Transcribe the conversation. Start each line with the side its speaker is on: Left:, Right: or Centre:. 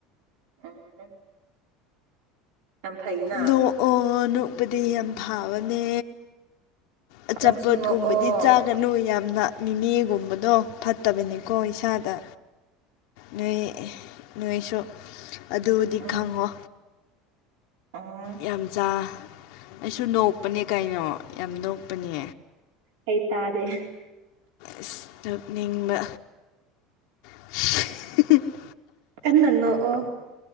Right: <unintelligible> ꯌꯥꯝ ꯐꯩꯅ
Left: ꯅꯣꯛꯑꯣ ꯅꯣꯛꯄꯗꯤ ꯌꯥꯝ ꯐꯥꯕꯅꯦ꯫ ꯑꯆꯥꯄꯣꯠ
Right: ꯅꯪꯁꯨ ꯅꯣꯛꯑꯣ
Left: ꯀꯨꯝꯕꯗꯤ ꯆꯥꯛ ꯒꯅꯨ ꯌꯥꯝꯅ ꯃꯤꯃꯤꯒꯨꯝꯕꯗꯣ ꯐꯠꯇꯕꯅꯤꯀꯣ ꯏꯁꯥꯗ꯫ ꯅꯣꯏ ꯅꯣꯏꯁꯨ ꯑꯗꯨꯗꯤ
Right: ꯎꯝ
Left: ꯈꯪꯉꯣ꯫
Right: ꯑꯣ
Left: ꯌꯥꯝꯖꯥ ꯑꯩꯁꯨ ꯅꯣꯛꯄꯅꯦ ꯀꯩꯅꯣ ꯌꯥꯝ ꯅꯣꯛꯄꯅꯦ꯫
Right: ꯑꯩꯩ ꯇꯥꯗꯦ
Left: ꯑꯁ ꯅꯣꯛꯅꯤꯡꯕ꯫ <unintelligible>
Right: ꯀꯟꯅ ꯅꯣꯛꯑꯣ